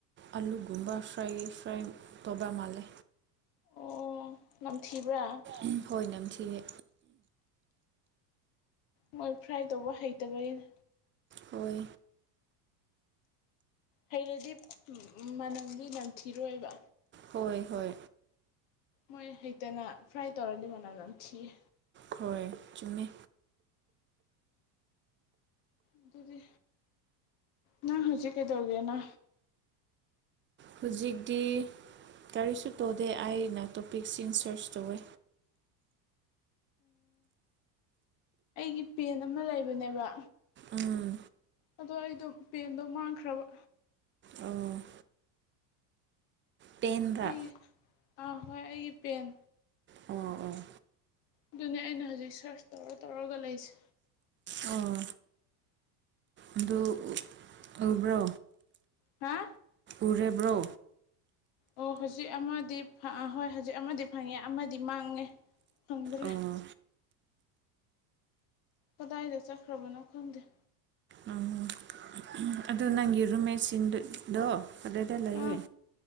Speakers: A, on the right; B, on the left.
A: ꯑꯂꯨ ꯒꯨꯝꯕ ꯐ꯭ꯔꯥꯏ ꯐ꯭ꯔꯥꯏ ꯇꯣꯕ ꯃꯂꯦ꯫
B: ꯑꯣ ꯅꯝꯊꯤꯕ꯭ꯔꯥ
A: ꯎꯝ ꯍꯣꯏ ꯅꯝꯊꯤꯌꯦ꯫
B: ꯃꯣꯏ ꯐ꯭ꯔꯥꯏ ꯇꯧꯕ ꯍꯩꯇꯕꯅꯤ꯫
A: ꯍꯣꯏ
B: ꯍꯩꯔꯗꯤ ꯃꯅꯝꯗꯤ ꯅꯝꯊꯤꯔꯣꯏꯕ꯫
A: ꯍꯣꯏ ꯍꯣꯏ
B: ꯃꯣꯏ ꯍꯩꯇꯅ ꯐ꯭ꯔꯥꯏ ꯇꯧꯔꯗꯤ ꯃꯅꯝ ꯅꯝꯊꯤꯌꯦ꯫
A: ꯈꯣꯏ ꯆꯨꯝꯃꯤ
B: ꯑꯗꯨꯗꯤ ꯅꯪ ꯍꯧꯖꯤꯛ ꯀꯩꯗꯧꯒꯦꯅ
A: ꯍꯧꯖꯤꯛꯇꯤ ꯀꯔꯤꯁꯨ ꯇꯧꯗꯦ ꯑꯩꯅ ꯇꯣꯄꯤꯛꯁꯤꯡ ꯁꯔꯁ ꯇꯧꯋꯦ꯫
B: ꯑꯩ ꯄꯦꯟ ꯑꯃ ꯂꯩꯕꯅꯦꯕ
A: ꯎꯝ
B: ꯑꯗꯣ ꯑꯩꯗꯣ ꯄꯦꯟꯗꯣ ꯃꯥꯡꯈ꯭ꯔꯕ꯫
A: ꯑꯣ ꯄꯦꯟꯔꯥ
B: ꯑꯩꯒꯤ ꯑꯥ ꯍꯣꯏ ꯑꯩꯒꯤ ꯄꯦꯟ꯫
A: ꯑꯣ ꯑꯣ
B: ꯑꯗꯨꯅꯦ ꯑꯩꯅ ꯍꯧꯖꯤꯛ ꯁꯔꯁ ꯇꯧꯔ ꯇꯧꯔꯒ ꯂꯩꯁꯦ꯫
A: ꯑꯣ ꯑꯗꯨ ꯇꯧꯕ꯭ꯔꯣ
B: ꯍꯥ
A: ꯎꯔꯕ꯭ꯔꯣ
B: ꯑꯣ ꯍꯧꯖꯤꯛ ꯑꯃꯗꯤ ꯍꯣꯏ ꯍꯧꯖꯤꯛ ꯑꯃꯗꯤ ꯐꯪꯉꯦ ꯑꯃꯗꯤ ꯃꯥꯡꯉꯦ ꯐꯪꯗ꯭ꯔꯦ
A: ꯑꯣ
B: ꯀꯗꯥꯏꯗ ꯆꯠꯈ꯭ꯔꯕꯅꯣ ꯈꯪꯗꯦ
A: ꯎꯝ ꯑꯗꯨ ꯅꯪꯒꯤ ꯔꯨꯝꯃꯦꯠꯁꯤꯡꯗꯣ ꯑꯗꯨꯗ ꯂꯩꯌꯦ
B: ꯑꯥ